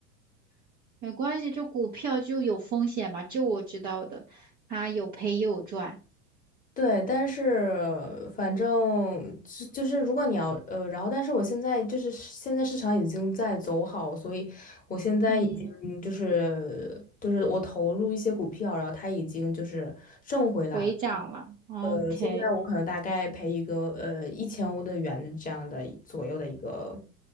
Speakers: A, on the right; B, on the left.
A: 没关系，这股票就有风险嘛，这我知道的，它有赔也有赚。
B: 对，但是反正就就是如果你要呃，然后但是我现在就是现在市场已经在走好，所以我现在已经就是就是我投入一些股票，
A: 嗯，
B: 然后它已经就是挣回来了。
A: 回涨了哦，OK。
B: 呃，现在我可能大概赔一个呃一千欧的元这样的左右的一个。